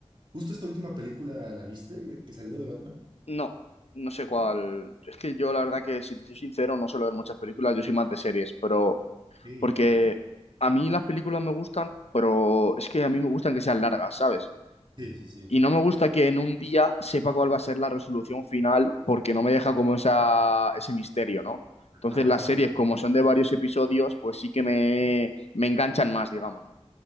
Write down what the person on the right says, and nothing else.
justo esta última película, ¿la viste? Que salió de Batman,
¿no? Ok,
ok.
Sí, sí, sí.
Ah,
esa...
pu-